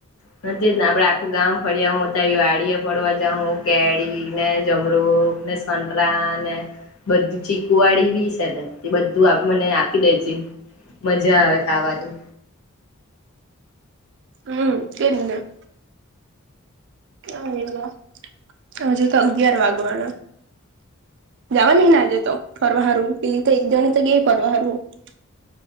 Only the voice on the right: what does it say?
હમ તેમને- - એ હજુ તો અગિયાર વાગવાનું- - જવા નહિ ના આજે તો ફરવા હારવું પેલી તો એક જણી તો ગઈ ફરવા હારવું- - <inaudible>